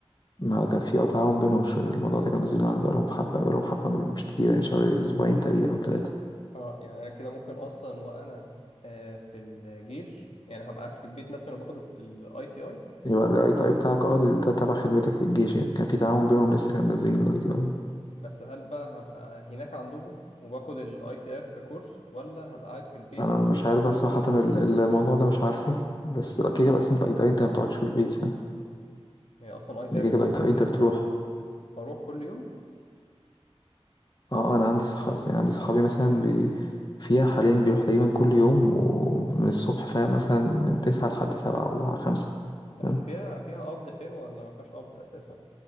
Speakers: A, on the left; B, on the left.
A: ما كان في اه تعاون بينهم مش الموضوع ده كان مسجون على بقالهم حبة بقالهم حبة مش كتير يعني شهر اسبوعين تقريبا او ثلاثة
B: اه يعني انا كده ممكن اصلا وانا آه في الجيش يعني هبقى في البيت مثلا وباخد الاي تي اي
A: يبقى الاي تي اي بتاعك اه ده تبع خدمتك في الجيش يعني كان في تعاون بينهم لسه كان نازلين الاي تي اي
B: بس هل بقى هبقى هناك عندهم وباخد الاي تي اي ككورس ولا هبقى قاعد في البيت
A: انا
B: وباخد
A: مش
B: الاي
A: عارف
B: تي اي
A: صراحة ال- ال- الموضوع ده مش عارفه بس
B: مم.
A: كده كده اصلا الاي تي اي انت ما بتقعدش في البيت فاهم
B: هي اصلا اي تي
A: يعني
B: اي
A: كده
B: بيبقى
A: كده الاي تي اي انت
B: في ال-
A: بتروح
B: بروح كل يوم
A: اه انا عندي صح يعني عندي صحابي مثلا بي... فيها حاليا بيروح تقريبا كل يوم ومن الصبح فاهم مثلا من تسعة لحد سبعة ولا خمسة
B: بس
A: فاهم؟
B: فيها فيها قبض حلو ولا ما فيهاش قبض اساسا